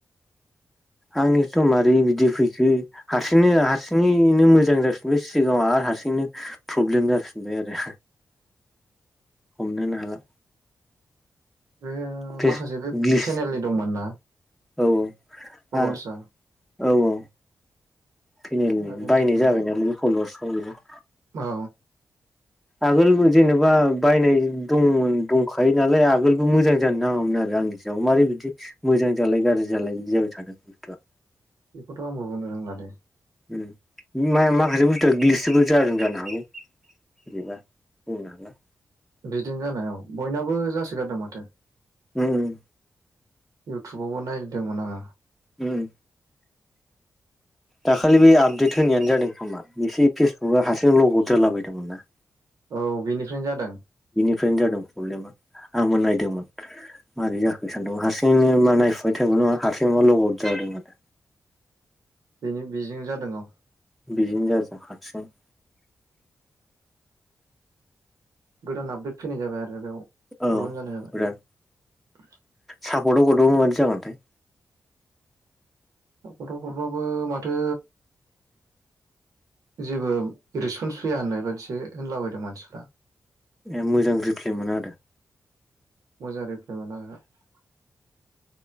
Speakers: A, in the centre; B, on the right.
A: आंनिथ' मारै बिदि फैखो हारसिंनो हारसिङैनो मोजां जाफिनबाय सिगाङाव आ हारसिंनो प्रब्लेम जाफिनबाय आरो। हमनो नो हाला।
B: बे
A: फेस
B: माखासे बे
A: ग्लिस
B: पेनेलनि दंमोन ना।
A: औ औ
B: फल'वार्सआ
A: आ औ औ फेनेलनि
B: दा बेनि
A: बायनाय
B: थाखाय
A: जाबाय नालाय बे फल'वार्सखौ बेजों।
B: औ
A: आगोल जेनेबा बायनाय दंमोन दंखायो नालाय आगोलबो मोजां जानो नाङामोन आरो। आंनि सायाव मारै बिदि मोजां जालाय गाज्रि जालाय बिदि जाबाय थादों बुस्थुआ।
B: बेखौथ' आंबो बुंनो रोंला दे।
A: ओम मा-माखासे बुस्थुआ गिलिरसोबो जादों जानो हागौ। बोरैबा बुंनो हाला।
B: बिदिनो जानायाव बयनाबो जासोगारदों माथो।
A: ओम।
B: इउटुबावबो नायदोंमोन आं
A: ओम दाखालि बे आपडेट होनायानो जादों खोमा एसे फेसबुकआ हारसिंनो लग आउद जालाबायादोंमोन ना
B: औ बेनिफ्रायनो जादों
A: फ्रायनो जादों प्रब्लेमा। आंबो नायदोंमोन माबारै जाखो सानदों हारसिंनो मा नायफुबाय टाइमावनो माबा हारसिं मा लग आउट जादों । नंगैदा।
B: बेनि बेजों जादों औ ।
A: बेदिनो जादों हारसिं ।
B: गोदान आपडेट फैनाय जाबाय आरो बेयाव
A: औ
B: प्रब्लेम जानाय जाबाय
A: बिराद
B: ।
A: सापर्टआव हरदो मादि जागोनथाय ।
B: गथ'फोरबाबो माथो जेबो रिसपन्स फैया होननाय बाददिसो होनलाबायदों मानसिफ्रा ।
A: ए मोजां रिफ्लेमोना आरो ।
B: मोजां रिप्लाय मोना ओहो ।